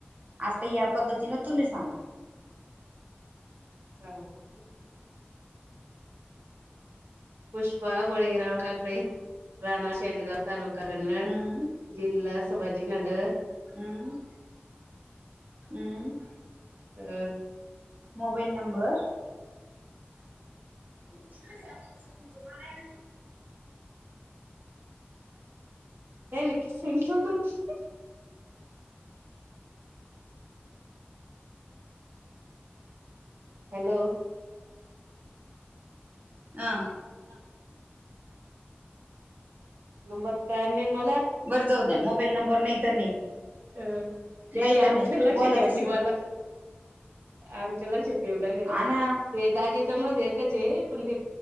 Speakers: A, on the right; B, on the right.
A: आजता ह्या पद्धतीने तुम्ही सांगा
B: ह <unintelligible> पुष्पा बळीराव काकळी राणा शेलगाव तालुका कन्नड
A: हम्म
B: जिल्हा संभाजीनगर
A: हम हम्म
B: अ
A: मोबाईल नंबर को म्हणज मला आहे ना
B: नाही नकी ससत हॅलो
A: ह
B: हा नंबर काय नाही मला
A: बरं जाऊ द्या मोबाईल नंबर नाही तर नाही
B: अं ते
A: नाही
B: अंकल
A: तर नाही
B: लक्ष
A: बोला
B: त्यांनी
A: दुसरं
B: मला अकलाचे पेवलाला
A: आना
B: ते दाजीच मज कच पण ते